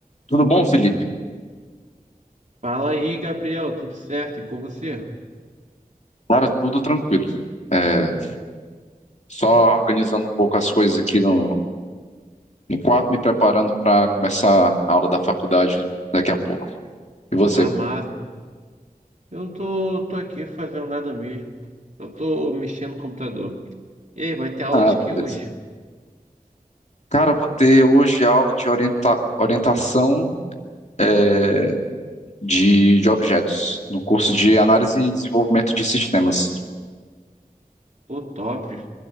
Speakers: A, on the left; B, on the right.
A: Tudo bom, Felipe?
B: Fala aí, Gabriel, tudo certo? E com você?
A: Cara, tudo tranquilo. É, só organizando um pouco as coisas aqui no, no quarto, me preparando para começar a aula da faculdade daqui a pouco. E você?
B: Ah, máximo Eu tô, tô aqui fazendo nada mesmo. Eu tô mexendo no computador. E aí, vai ter aula
A: Ah,
B: de
A: beleza.
B: que hoje?
A: Cara, vou ter hoje aula de orienta- orientação é, de, de objetos, no curso de análise e desenvolvimento de sistemas.
B: O top.